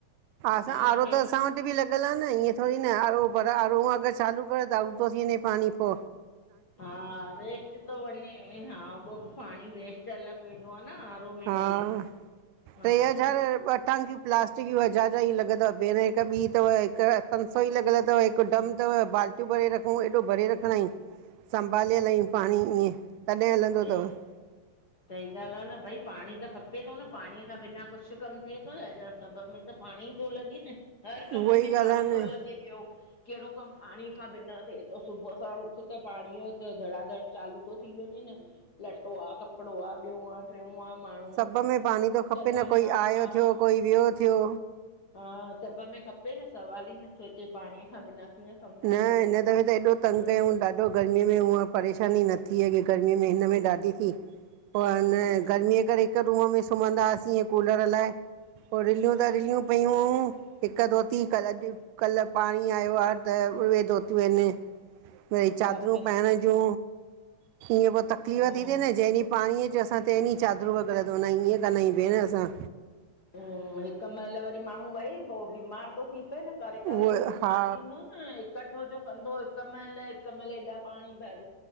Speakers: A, on the right (about 85°); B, on the left (about 45°).
A: असां
B: हा
A: आरो
B: हे
A: त असां वट बि लॻियल आ न ईअं थोरी न आ आरो पर आरो अगर चालू करे त आउट थो थी वञे पाणी पो
B: हा वेस्ट थो वञे हा, उहो बी पाणी वेस्ट अलॻ वेंदो आ न आरो में
A: हा,
B: वरी हा
A: ट्रे हज़ार
B: न
A: ॿ टांकीयू प्लास्टिक जी हज़ार जी ई लॻिय तव भेण हिक ॿी तव हिक पंज सौ ई लॻियल तव हिकु डम तव बाल्टी बालटियूं भरे रखूं एॾो भरे रखंदा आहियूं संभाले हलायुं पाणी ईअं, तॾहिं हलंदो
B: सही
A: तव। <inaudible>
B: सही ॻाल्हि आ न भाई पाणी त खपे थो न पाणीअ खां बिना कुछ कम थिए थो छा ॾण सभ में- त पाणी थो लॻे न, हर कम
A: उहो ई
B: में पाणी
A: ॻाल्हि
B: थो
A: आहे न
B: लॻे। ॿियो कहिड़ो कम पाणीअ खां बिना थिए थो सुबुह साण उथि त पाणी त धड़ाधड़ चालू थो थी वञे न लटो आ कपड़ो आ ॿियो आ ट्रियों आ माण्हू
A: सभ में पाणी तो खपे
B: सनान
A: न, कोई
B: आ
A: आयो
B: हा
A: थियो कोई वियो थियो।
B: हा सभ में खपे न सवाल ही नथो अचे पाणीअ खां बिना कीअं कमु
A: न
B: थींदो
A: हिन दफ़े त एॾो तंग
B: माण्हू
A: कयूं ॾाढ ऐॾो गर्मीअ में हूअं परेशानी न थी अॻे, गर्मीअ में हिनम में ॾाढी थी। पो हान
B: हम्म
A: गर्मीअ जे करे हिक रूम में सुम्हंदा हुआसीं हिअं कूलर हलाए। पो रिलियूं त रिलियूं पयूं, हिक धोती कल्ह अॼु कल्ह पाणी आयो आ त उहे धोतियूं आहिनि वरी चादरूं
B: बापरे
A: पाइण जूं ईअं पो तक तकलीफ़
B: हा
A: थी थेए न जेंहिं ॾींहं पाणीअ अचे असांं ते ॾींहु चादरू व़ैगरह धोअंदायु ईअं कंदा आहियूं भेण असां।
B: हम्म हिक महिल वरी माण्हू भाई पो बीमार थो थी पए न। करे करे
A: उहो
B: बि बीमार
A: हा
B: थींदो न इखठो जो कंदो हिक महिल हिक महिल ऐॾा पाणी भर